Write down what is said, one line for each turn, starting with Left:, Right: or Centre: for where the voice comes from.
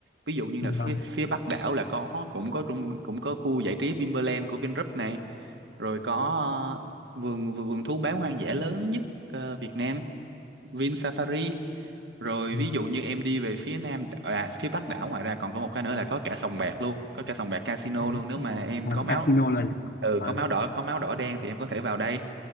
Right: ví dụ như
Left: Ừ,
Right: là phía
Left: vâng
Right: phía Bắc đảo là có cũng có trung- cũng có khu giải trí Vinpearl của Vingroup này rồi có ờ, vườn vườn vườn thú bán hoang dã lớn nhất ờ, Việt Nam Vin Safari rồi
Left: ừ.
Right: ví dụ như em đi về phía nam à phía bắc đảo ngoài ra còn có một cái nữa là có cả sòng bạc luôn, có cả sòng bạc casino
Left: ừ.
Right: luôn nếu mà em
Left: Và
Right: có
Left: cái
Right: máu
Left: casino luôn ạ.
Right: ừ
Left: vâng
Right: có máu đỏ có máu đỏ đen thì em có thể vào đây.